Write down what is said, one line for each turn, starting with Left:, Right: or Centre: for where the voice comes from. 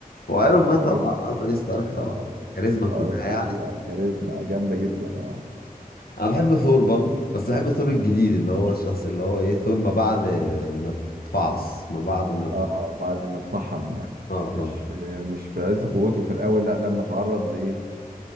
Left: وايرون مان
Right: عجبني
Left: طبعا اه توني ستارك طبعا
Right: اه
Left: كاريزما كلها
Right: آه،
Left: يعني
Right: فظيع كاريزما جامده جدا اه
Left: انا بحب ثور برضو بس بحب ثور الجديد اللي هو الشخص اللي هو ايه ثور ما بعد ما تفعص ما بعد ما
Right: اه بعد ما اتطحن يعني
Left: اه
Right: مش
Left: اه
Right: في مش في عز قوته في الاول لا لما اتعرض لايه